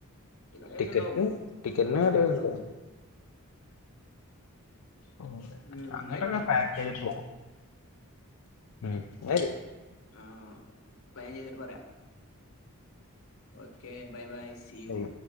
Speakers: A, on the left; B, on the left.
A: എടുക്കാൻ പൈസണ്ടാവും
B: ടിക്കറ്റും ടിക്കറ്റിനും
A: പതിനായിറുപ്പ്യൊക്കെണ്ടാവും
B: <unintelligible> ഓ
A: ഉം
B: അങ്ങട്ടൊക്കെ
A: ന്നായിക്കോട്ടെ
B: പാക്കേജ് ഇട്ത്ത് പോ ഉം ന്നാ ശരി
A: ആ പ്ലാൻ ചെയ്തിട്ട് പറയാം okay bye bye see you
B: ഉം